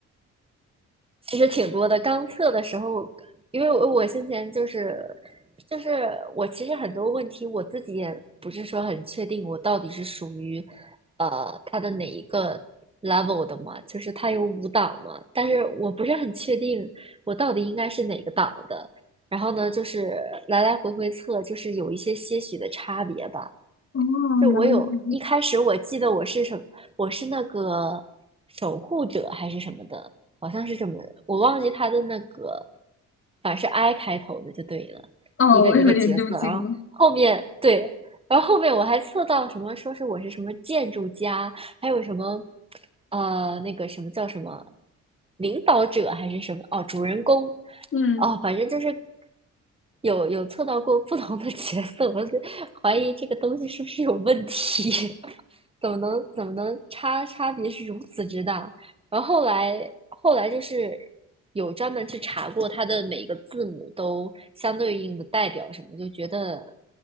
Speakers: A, on the right (about 20°); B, on the left (about 45°).
A: 其实挺多的。刚测的时候，因为我我先前就是就是我其实很多问题我自己也不是说很确定，我到底是属于呃它的哪一个 level 的嘛？就是它有五档嘛，但是我不是很确定我到底应该是哪个档的。然后呢，就是来来回回测，就是有一些些许的差别吧。
B: 哦，
A: 就我有一开始我记得我是什么，
B: 原来是这样。
A: 我是那个守护者还是什么的，好像是这么，我忘记他的那个，反正是 I 开头的就对了，
B: 哦，
A: 一个一个角色，
B: 我有点揪心了。
A: 然后后面对，然后后面我还测到什么，说是我是什么建筑家，还有什么呃那个什么叫什么领导者还是什么哦，主人公，
B: 嗯
A: 哦，反正就是有有测到过不同的角色，我就怀疑这个东西是不是有问题，<laughs> 怎么能怎么能差差别是如此之大？然后后来后来就是有专门去查过它的每个字母都相对应的代表什么，就觉得